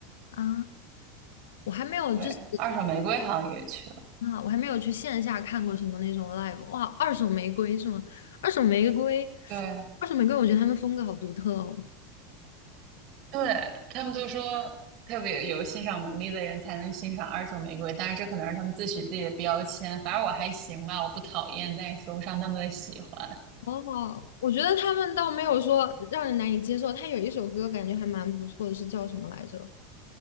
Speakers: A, on the left; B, on the right.
A: 啊，我还没有就是
B: 对，二手玫瑰好像也去了。
A: 啊，我还没有去线下看过什么那种 live，哇，二手玫瑰是吗？二手玫瑰，
B: 对
A: 二手玫瑰，我觉得他们风格好独特哦。
B: 对，他们都说特别有欣赏能力的人才能欣赏二手玫瑰，但是这可能是他们自诩自己的标签。反正我还行吧，我不讨厌，但也说不上那么的喜欢。
A: 哦，我觉得他们倒没有说让人难以接受，他有一首歌感觉还蛮不错的，是叫什么来着？